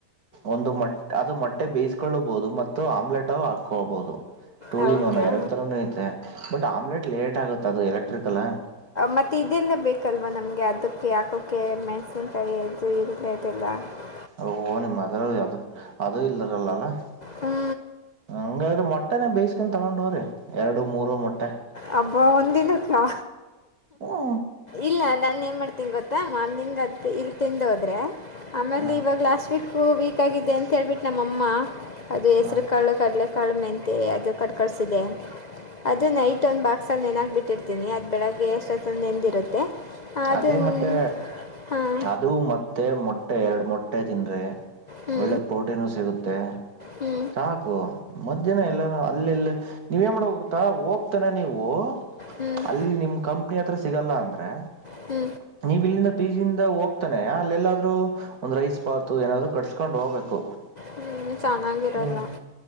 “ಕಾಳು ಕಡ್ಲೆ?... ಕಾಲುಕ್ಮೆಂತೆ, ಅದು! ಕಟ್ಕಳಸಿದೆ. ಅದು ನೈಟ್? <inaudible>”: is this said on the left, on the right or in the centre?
Left